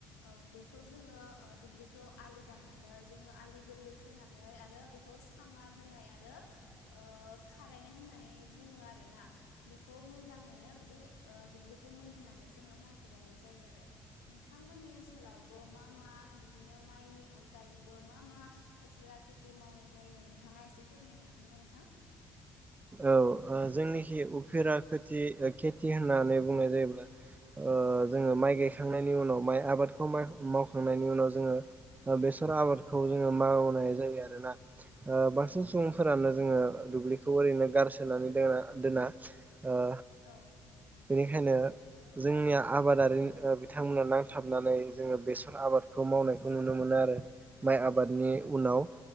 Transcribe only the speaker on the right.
<unintelligible>
औ ओ जोंनिखै उफेरा खोथि ओ खेथि होननानै बुंनाय जायोब्ला ओ
जोङो माइ गायखांनायनि उनाव माइ आबादखौ माय मावखांनायनि उनाव जोङो ओ बेसर आबादखौ जोङो मावनाय जायो आरोना। ओ बांसिन सुबुंफोरानो
जोङो दुब्लिखौ ओरैनो गारसोनानै दोना दोनना। ओ
बेनिखायनो जोंनिया आबादारि ओ बिथांमोना नांथाबनानै जोङो बेसर आबाद खौ मावनायखौ
नुनो मोनो आरो माइ आबादनि उनाव।